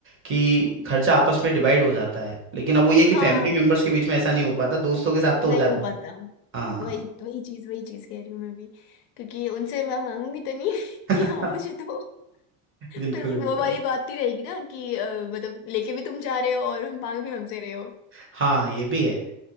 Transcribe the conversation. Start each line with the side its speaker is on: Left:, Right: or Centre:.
Right: कि खर्चा आपस में डिवाइड हो जाता है लेकिन अब वो ये है कि
Left: हाँ
Right: फैमिली मेंबर्स के बीच में ऐसा नहीं हो पाता दोस्तों के साथ तो हो
Left: नहीं
Right: जाता
Left: हो
Right: है
Left: पाता
Right: हाँ
Left: वही वही चीज वही चीज कह रही हूँ मैं भी क्योंकि उनसे मैं मांगूंगी तो नहीं <laughs>
Right: <laughs>
Left: कि हाँ मुझे दो
Right: बिल्कुल
Left: फिर
Right: बिल्कुल
Left: वो वाली बात ही रहेगी ना कि अ, मतलब लेके भी तुम जा रहे हो और मांग भी हमसे रहे हो
Right: हाँ ये भी है